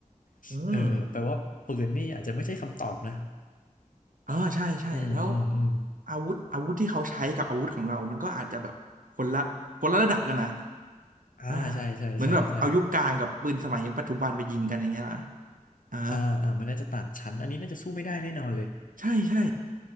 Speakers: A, on the left (about 80°); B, on the right (about 80°).
A: ๆเออแปลว่าปืนนี่อาจจะไม่ใช่คำตอบนะ
B: อืม เออใช่ใช่แล้ว
A: อืมอืมอืม
B: อาวุธอาวุธที่เขาใช้กับอาวุธของเรา มันก็อาจจะแบบคนละคนละระดับกันนะ
A: อ่าใช่ใช่ใช่ใช่
B: อ่าเหมือนแบบเอายุคกลางกับปืนสมัยปัจจุบันไปยิงกันอย่างเงี้ยล่ะอ่า
A: อ่าอ่ามันน่าจะต่างชั้นอันนี้น่าจะสู้ไม่ได้แน่นอนเลย
B: ใช่ใช่